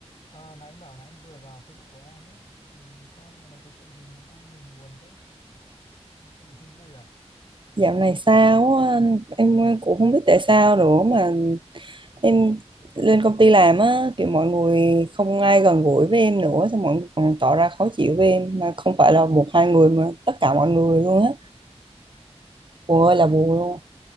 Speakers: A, on the left; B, on the right.
A: Ờ, nãy anh bảo là anh vừa vào Facebook của em ấy thì sao dạo này có chuyện gì mà đang nghềnh buồn thế? Chuyện gì không vui à?
B: Dạo này sao á anh em cũng không biết tại sao nữa mà em lên công ty làm á kiểu mọi người
A: Ừ.
B: không ai gần gũi với em nữa xong mọi người còn tỏ ra khó chịu với em mà không phải là một hai người mà tất cả mọi người luôn á buồn
A: Thế
B: ơi là
A: thì
B: buồn luôn